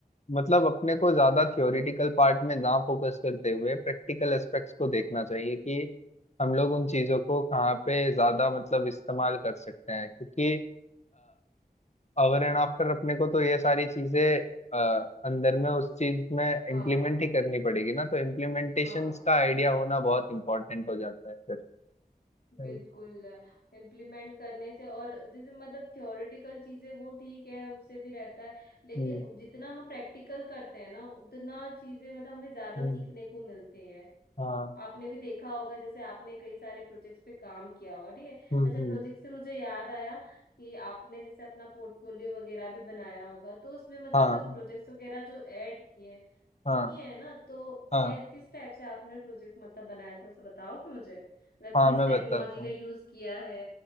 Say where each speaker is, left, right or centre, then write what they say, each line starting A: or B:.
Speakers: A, on the left; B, on the left.
A: मतलब अपने को ज्यादा थ्योरिटिकल पार्ट में ना फोकस करते हुए प्रैक्टिकल एस्पेक्ट्स को देखना चाहिए कि हम लोग उन चीजों को कहाँ पे ज्यादा मतलब इस्तेमाल कर सकते हैं क्योंकि अवर एंड आफ्टर अपने को तो ये सारी चीजें अ, अंदर में उस चीज में
B: हाँ
A: इम्प्लीमेंट ही करनी पड़ेगी ना तो इम्प्लीमेंटेशन
B: हाँ
A: का आइडिया होना बहुत इंपॉर्टेंट हो जाता है फिर
B: बिल्कुल इम्प्लीमेंट करने से और जैसे मतलब थ्योरेटिकल चीजें वो ठीक है उससे भी रहता है लेकिन
A: हाँ, हम्म
B: जितना हम प्रैक्टिकल करते हैं ना उतना चीजें मतलब हमें ज्यादा
A: हम्म,
B: सीखने को मिलते हैं
A: हाँ
B: आपने भी देखा होगा जैसे आपने कई सारे प्रोजेक्ट्स पे काम किया होगा ठीक है
A: हम्म
B: अच्छा
A: हम्म,
B: प्रोजेक्ट से मुझे याद आया कि आपने जैसे अपना पोर्टफोलियो वगैरह भी बनाया होगा तो उसमें मतलब
A: हाँ
B: कुछ प्रोजेक्ट्स वगैरह जो ऐड किए हैं
A: हाँ
B: किए हैं ना तो
A: हाँ
B: क्या किस टाइप से आपने प्रोजेक्ट मतलब बनाया थोड़ा सा बताओगे मुझे मतलब
A: हाँ
B: किस
A: मैं
B: टेक्नोलॉजी
A: बताता हूँ
B: का यूज किया है